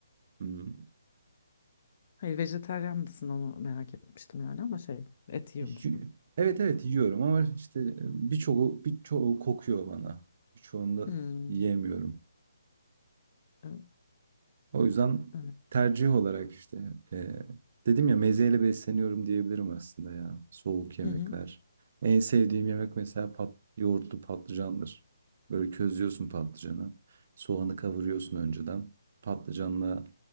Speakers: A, on the right; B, on the left.
A: Hmm.
B: Hayır, vejetaryen mısın onu merak etmiştim yani ama şey et yiyor
A: Y-
B: musun?
A: Evet evet yiyorum ama işte e, birçoğu birçoğu kokuyor bana. Birçoğunda
B: Hmm.
A: yiyemiyorum.
B: e-
A: O yüzden
B: Evet.
A: tercih olarak işte e, dedim ya mezeyle besleniyorum diyebilirim aslında ya. Soğuk yemekler.
B: Hı hı.
A: En sevdiğim yemek mesela pat, yoğurtlu patlıcandır. Böyle közlüyorsun patlıcanı. Soğanı kavuruyorsun önceden. Patlıcanla